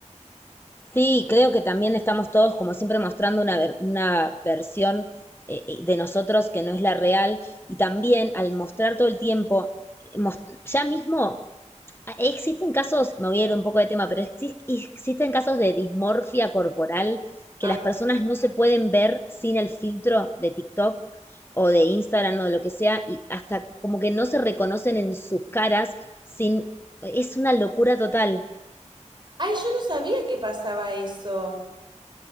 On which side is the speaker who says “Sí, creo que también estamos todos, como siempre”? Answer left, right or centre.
Left